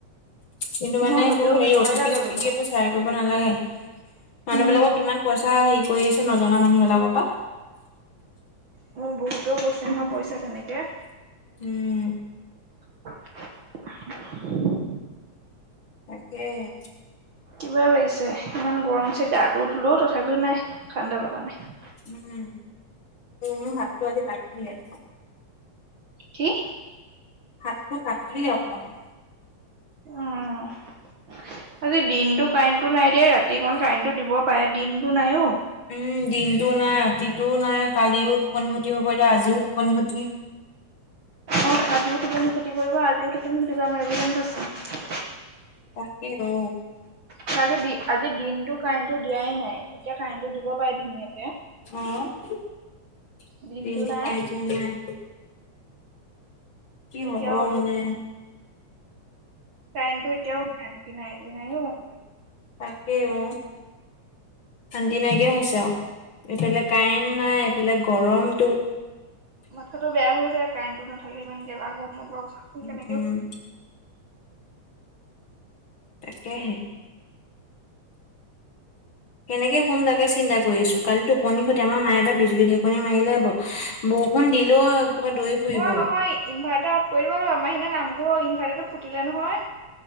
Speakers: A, on the left; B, on the right.
A: কিন্তু মানে
B: অ হ'লেও
A: তোৰ হেৰি
B: ভয়
A: অতিপি-চটিপি
B: লাগে বোলো।
A: এইবোৰ চব চেয়াৰ কৰিব নালাগে, মানুহ
B: উম
A: বিলাকক কিমান পইচা হেৰি কৰি আছে, নজনা মানুহ বিলাকৰ পৰা।
B: মোৰ বহুতৰ গৈছে হেনো পইচা তেনেকে।
A: উম।
B: <unintelligible>
A: তাকেহে।
B: কিবা লাগিছে, ইমান গৰম যে গাটোও ধুলোও তথাপিও নাই, ঠাণ্ডা ল'গা নাই।
A: উম, মোৰ হাতটো আজি কাটিলে।
B: কি?
A: হাতটো কাটিলে অকমান।
B: অহ'। আজি দিনতটো কাৰেণ্টটো নাই দিয়া, ৰাতিকন কাৰেণ্টটো দিব পাৰে, দিনটো নাইও।
A: উম, দিনটো নাই ৰাতিটোও নাই, কালিও টোপনি ক্ষতি হ'ব এতিয়া, আজিও টোপনি ক্ষতি।
B: অ' আজিও টোপনি ক্ষতি কৰিব, আজিও টোপনি ক্ষতি কৰি মাৰিব যেন পাইছোঁ।
A: তাকে অ'।
B: কালি দিন, আজি দিনটো কাৰেণ্টটো দিয়াই নাই, এতিয়া কাৰেণ্টটো দিব পাৰে ধুনীয়াকে।
A: অহ' দিনটো কাৰেণ্ট
B: দিনটো
A: দিয়া
B: নাই
A: নাই। কি
B: এতিয়াও
A: হ'ব
B: আকৌ
A: মানে।
B: কাৰেণ্টটো এতিয়াও কি নাই, কি নাই অ'।
A: তাকে অ'। শান্তি নাইকিয়া হৈছে আৰু এইফালে কাৰেণ্ট নাই, এইফালে গৰমতটো।
B: মাথা টো বেয়া হৈ যায়, কাৰেণ্ট টো নাথাকে ইমান গেলা গৰমত বাৰু।
A: উম।
B: কেনেকে
A: তাকেহে। কেনেকে শুম তাকে চিন্তা কৰি আছো, কালি টোপনি ক্ষতি আমাৰ মায়ে বা বিজুলী ঢেকনি মাৰিলে বৰ বৰষুণ দিলেওঁ কিবা দৌৰি ফুৰিব
B: অ' নহয় ইনভাৰ্টাৰ অফ কৰিব লাগিব, আমাৰ সিদিনা নামঘৰৰ ইনভাৰটাৰটো ফুটিলে নহয়।